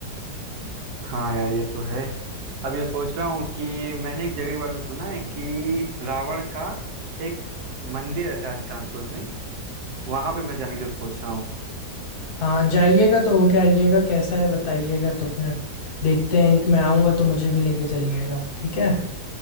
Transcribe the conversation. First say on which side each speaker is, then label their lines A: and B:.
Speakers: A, on the right; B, on the left.
A: हाँ यार ये तो है अब ये सोच रहा हूँ कि मैंने एक जगह के बारे में सुना है कि रावण का एक मंदिर है शायद कानपुर में वहां पे मैं जाने की सोच रहा हूँ
B: हाँ जाइएगा तो होके आइएगा कैसा है बताइएगा तो फिर देखते हैं कि मैं आऊँगा तो मुझे भी लेके चलिएगा ठीक है